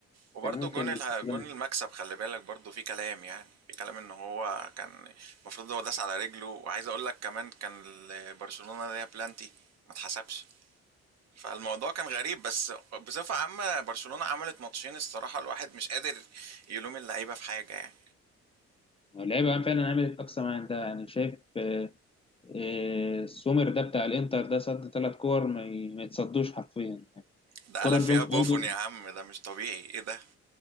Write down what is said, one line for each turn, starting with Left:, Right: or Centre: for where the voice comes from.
Right: وبرضو
Left: كان ممكن
Right: جون اله-
Left: يتحسبها.
Right: جون المكسب خلي بالك برضو في كلام يعني في كلام ان هو كان المفروض هو داس على رجله وعايز اقول لك كمان كان ال- برشلونة ليها بلانتي ما اتحسبش فالموضوع كان غريب بس بصفة عامة برشلونة عملت ماتشين الصراحة الواحد مش قادر يلوم اللعيبة في حاجة يعني
Left: اللعيبه فعلا عملت اقصى ما عندها يعني شايف آه، آه، السومر ده بتاع الانتر ده صد ثلاث كور ما ي- ما يتصدوش حرفيا يعني
Right: ده
Left: كره
Right: قلب فيها
Left: جون فاضي
Right: بوفون يا عم ده مش طبيعي ايه ده